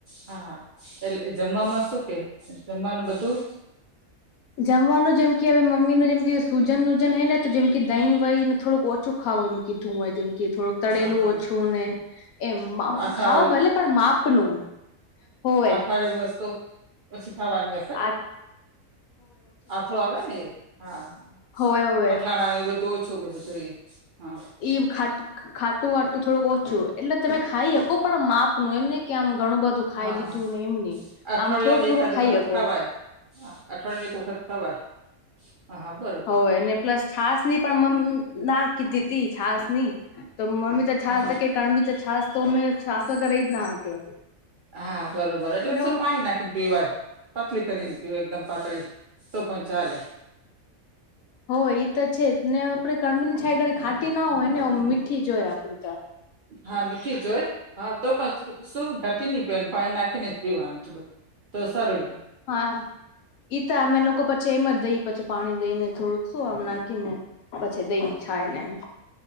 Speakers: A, on the right; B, on the left.
A: હા હા એટલે જમવામાં શું કે જમવાનું બધું
B: જમવાનું જેમકે હવે મમ્મીનું જેમ કે સુજન વુજન હે ને તો જેમ કે દહીં વહી ને થડુંક ઓછું ખાવાનું કીધું હોય જીમ. કે થોડુંક તળેલું
A: હા હા
B: ઓછું ને એમ. આમ
A: આથા
B: ખાવ ભલે પણ માપનું. હોવે
A: આથાળી વસ્તુ પછી ખાવાની હૈ.
B: આથ
A: આથો આવે ને હા હા
B: હોવે હોવે
A: અથાણા ને એ બધું ઓછ શું બધું જોઈએ? હા.
B: ઈ ખાટ ખાટું વાટું થોડુંક ઓછું એટલે તમે ખાઈ હકો પણ માપનું. એમ નઈ કે આમ ઘણું બધું ખાઈ
A: હા
B: લીધું
A: હા
B: ને એમની.
A: અઠવાડિયામાં
B: આમ થોડું થોડું
A: એકાદ
B: ખાઈ
A: એક વખત
B: હકો.
A: ખવાય હા, અઠવાડીયામાં એક વખત ખવાય. હા હા બરો
B: હો ને પ્લસ છાસની પણ મમ ના કીધી હતી છાસની. તો મમ્મી તો છાસકે
A: આવે હા
B: કાણબી તો છાસ તો એમને છાસ વગર રહી જ ના હકે.
A: હા બરોબર એટલે
B: ને
A: શું પાણી નાખીને પીવાય. પતલી કરીને પીવાય એકદમ પાતળી. તો પણ ચાલે.
B: હો ઈ તો છેજ ને આપડે કણબીની છાશ ગણી ખાટી ના હોય ને મીઠી જોય આપડી તો.
A: હા મીઠી જ હોય. હા તોપણ શું ઘાટી નય પીવાની પાણી નાખીને જ પીવાની થોડું. તો સારું રેહ.
B: હા ઈ તો આમે લોકો પછ તેમ અ દઈ પછી પાણી દઈને થોડુંક શું આમ નાખીને પછી દઈને છાયને
A: હમ
B: એમ.